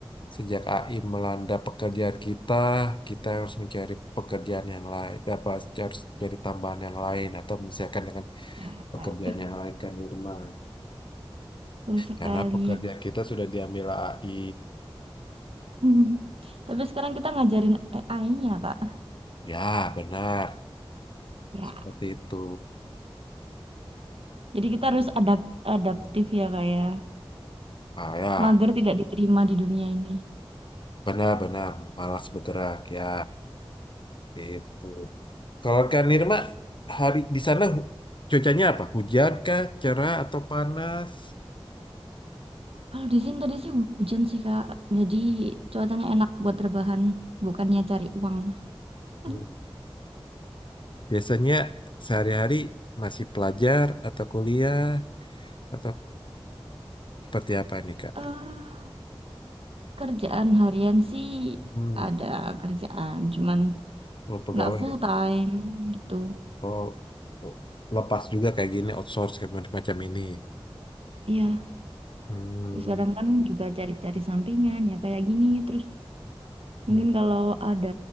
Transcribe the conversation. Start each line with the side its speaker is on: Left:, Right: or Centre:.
Left: sejak AI melanda pekerjaan kita, kita harus mencari pekerjaan yang lain, apa harus cari tambahan yang lain atau misalkan dengan
Right: Ya,
Left: pekerjaan yang lain kan Irma.
Right: Betul sekali.
Left: Karena pekerjaan kita sudah diambil AI.
Right: Mhm. Tapi sekarang kita ngajarin AI-nya, Kak.
Left: Ya, benar.
Right: Ya,
Left: Seperti itu.
Right: jadi kita harus adapt adaptif ya, Kak ya.
Left: Ah, ya,
Right: Mager tidak diterima di dunia ini.
Left: benar-benar malas bergerak ya. Itu. Kalau Kak Nirma, hari di sana hu- cuacanya apa? Hujan kah, cerah atau panas?
Right: Kalau di sini tadi sih hujan sih Kak, jadi cuacanya enak buat rebahan, bukannya cari uang. <laughs>
Left: Hmm. Biasanya sehari-hari masih pelajar atau kuliah atau seperti apa nih Kak?
Right: eh kerjaan harian sih
Left: Hmm.
Right: ada kerjaan, cuman
Left: Oh, pegawai.
Right: nggak full
Left: ya?
Right: time gitu.
Left: Oh, oh, lepas juga kayak gini outsource kayak macam macam ini.
Right: Iya,
Left: Hmm.
Right: terus kadang kan juga cari-cari sampingan ya kayak gini. Terus mungkin
Left: Hmm.
Right: kalau ada